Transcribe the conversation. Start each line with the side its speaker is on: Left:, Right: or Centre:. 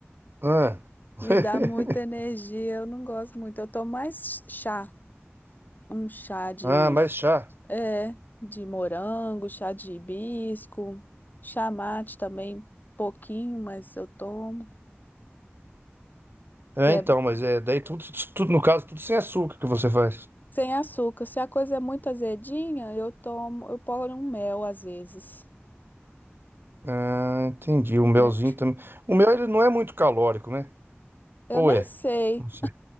Right: Ah, <laughs>
Left: Me dá muita energia, eu não gosto muito. Eu tomo mais chá, um chá de
Right: ah mais chá.
Left: É, de morango, chá de hibisco, chá mate também, pouquinho, mas eu tomo,
Right: É,
Left: que é
Right: então, mas é, daí tudo, tudo, no caso, tudo sem açúcar que você faz.
Left: sem açúcar. Se a coisa é muito azedinha, eu tomo, eu ponho um mel às vezes,
Right: Ah, entendi. O melzinho
Left: né?
Right: também. O mel, ele não é muito calórico, né?
Left: Eu
Right: Ou
Left: nem
Right: é?
Left: sei,
Right: Não sei.